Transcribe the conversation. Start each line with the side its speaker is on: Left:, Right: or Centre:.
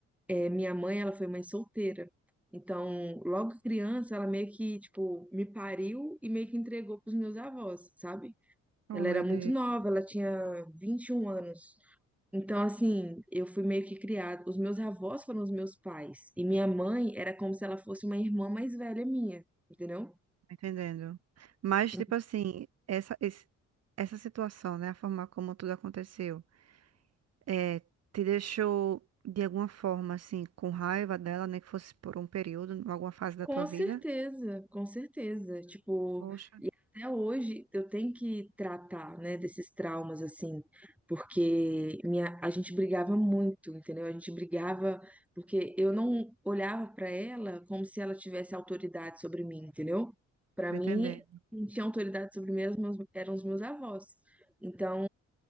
Centre: é, minha mãe, ela foi mãe solteira. Então, logo criança, ela meio que, tipo, me pariu e meio que entregou pros meus avós, sabe?
Right: Oh,
Centre: Ela
Right: meu
Centre: era muito
Right: Deus.
Centre: nova, ela tinha 21 anos. Então, assim, eu fui meio que criada. Os meus avós foram os meus pais. E minha mãe era como se ela fosse uma irmã mais velha minha, entendeu?
Right: Entendendo. Mas,
Centre: Então,
Right: tipo assim, essa, esse- essa situação, né? A forma como tudo aconteceu, é, te deixou de alguma forma, assim, com raiva dela, nem que fosse por um período, em alguma fase da
Centre: Com
Right: tua vida?
Centre: certeza, com certeza. Tipo,
Right: Poxa,
Centre: Até hoje eu tenho que tratar, né, desses traumas assim, porque minha, a gente brigava muito, entendeu? A gente brigava porque eu não olhava pra ela como se ela tivesse autoridade sobre mim, entendeu? Pra
Right: tô
Centre: mim,
Right: entendendo.
Centre: quem tinha autoridade sobre mim eram os meus, eram os meus avós. Então,